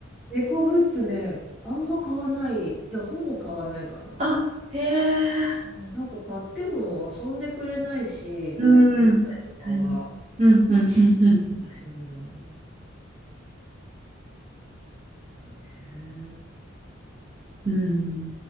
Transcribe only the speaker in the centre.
猫グッズね、あんま買わない。いや、ほぼ買わないかな。
うんなんか買っても遊んでくれないし、
おもちゃとかは。
うん。だね。